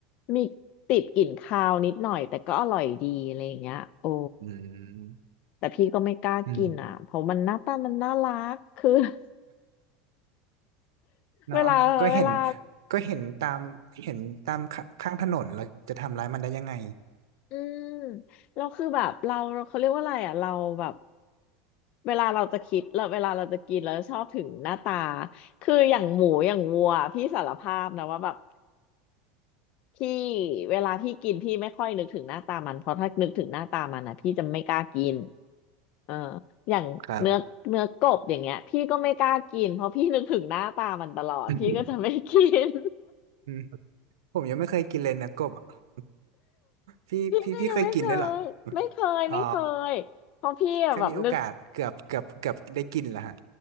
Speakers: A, on the left (about 50°); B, on the right (about 70°).
A: มีติดกลิ่นคาวนิดหน่อยแต่ก็อร่อยดีอะไรอย่างเงี้ยโอ้
B: อืม
A: แต่พี่ก็ไม่กล้ากินอ่ะเพราะมันหน้าตามันน่ารักคือ
B: อืม
A: <laughs>
B: เนาะก็เห็น
A: เวลาเวลา
B: ก็เห็นตามเห็นตามขข้างถนนเราจะทำร้ายมันได้ยังไง
A: อืมเราคือแบบเราเขาเรียกว่าอะไรอ่ะเราแบบเวลาเราจะคิดแล้วเวลาเราจะกินแล้วชอบถึงหน้าตาคืออย่างหมูอย่างวัวพี่สารภาพนะว่าแบบพี่เวลาพี่กินพี่ไม่ค่อยนึกถึงหน้าตามันเพราะถ้านึกถึงหน้าตามันนะพี่จะไม่กล้ากินเอออย่างเนื้อเนื้อกบอย่างเงี้ยพี่ก็ไม่กล้ากินเพราะพี่นึกถึงหน้าตามันตลอดพี่ก็จะไม่กิน
B: ครับ <coughs> อืมอืมผมยังไม่เคยกินเลยนะกบอะ <laughs> พี่พี่พี่เคยกินได้วยเหรอ
A: พี่ก็ยังไม่เคยไม่เคยไม่เคยเพราะพี่อะแบบนึก
B: อ๋อแค่มีโอกาสเกือบเกือบเกือบได้กินแล้วฮะ